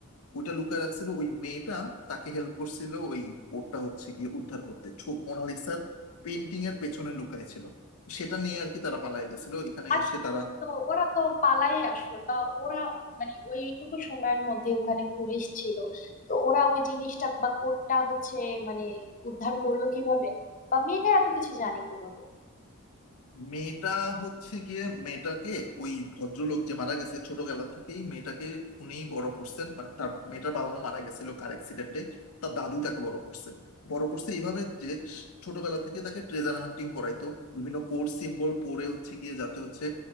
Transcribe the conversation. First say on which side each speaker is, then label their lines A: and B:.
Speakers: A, on the left (about 70°); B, on the left (about 35°).
A: ওইটা লুকায় রাখছিল ওই মেয়েটা তাকে হেল্প করছিল ওই কোডটা হচ্ছে গিয়ে উদ্ধার করতে ছো- মোনালিসার পেন্টিং এর পেছনে লুকায় ছিল সেটা নিয়ে আর কি তারা পালায় গেছিল এখানে
B: আচ্ছা
A: এসে তারা
B: তো ওরা তো পালাই আসলো তা ওরা মানে ওইটুকু সময়ের মধ্যে ওখানে পুলিশ ছিল তো ওরা ওই জিনিসটা বা কোডটা হচ্ছে মানে উদ্ধার করলো কিভাবে বা মেয়েটা এত কিছু জানে কিভাবে
A: মেয়েটা হচ্ছে গিয়ে মেয়েটাকে ওই ভদ্রলোক যে মারা গেছে ছোটবেলা থেকেই মেয়েটাকে উনিই বড় করছেন মানে তার বা- মেয়েটার বাবা মা মারা গেছিল কার অ্যাক্সিডেন্টে তার দাদু তাকে বড় করছে বড় করছে এইভাবে যে ছোটবেলা থেকে তাকে ট্রেজার হান্টিং করাইতো বিভিন্ন কোড সিম্বল পড়ে হচ্ছে গিয়ে যাতে হচ্ছে